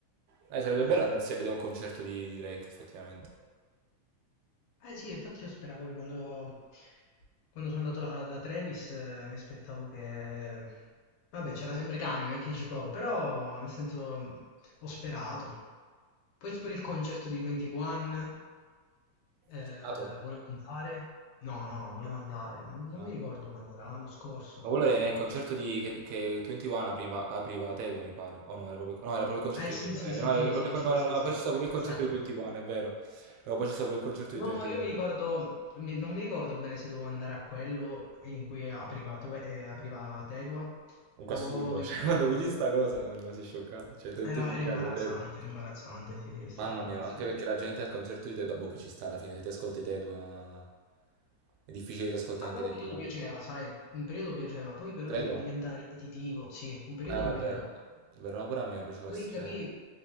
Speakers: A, on the right; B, on the left.
A: Eh, sarebbe
B: Sì,
A: bello
B: sì.
A: andarsi a vedere un concerto di, di Drake, effettivamente.
B: Eh sì, infatti io speravo che quando, quando sono andato a- da Travis eh, mi aspettavo che... Vabbè, c'era sempre Kanye, non è che dici poco, però nel senso mh, ho sperato. Poi pure il concerto di 21, eh,
A: Sei andato?
B: volevo andare. No, no, volevo andare. Non, non
A: No.
B: mi ricordo quando era, l'anno scorso
A: Ma
B: forse.
A: quello era nel concerto di, che, che 21 prima, apriva Tedua, mi pare. O no, era proprio, no, era proprio il concerto
B: Eh sì,
A: di Tedua.
B: sì,
A: Eh, No,
B: sì, sì,
A: era proprio,
B: sì, sì,
A: no, no,
B: sì,
A: no,
B: sì.
A: poi c'è
B: <laughs>
A: stato proprio il concerto
B: Esatto.
A: di 21, è vero. No, poi c'è stato proprio il concerto
B: No,
A: di 21.
B: no, io mi ricordo, mi- non mi ricordo bene se dovevo andare a quello in cui apriva, Tue- eh, apriva Tedua
A: Comunque
B: o
A: assurdo,
B: in
A: <laughs> cioè
B: cui
A: quando
B: era proprio...
A: vedi sta cosa mi rimasi scioccato. Cioè 21
B: Era, era
A: che
B: imbarazzante,
A: apre Tedua.
B: era imbarazzante, sì, sì, è stato
A: Mamma
B: imbarazzante.
A: mia, ma anche perché la gente al concerto di Tedua, boh, che ci sta alla fine, se ti ascolti Tedua è difficile che ti ascolti anche
B: A me
A: 21.
B: un periodo piaceva, sai, un periodo piaceva, poi però
A: Tedua?
B: diventa ripetitivo, sì, un periodo
A: Ah, no,
B: mi
A: è
B: piaceva.
A: vero. È vero, no, pure a me piaceva.
B: Poi
A: Cioè...
B: capì,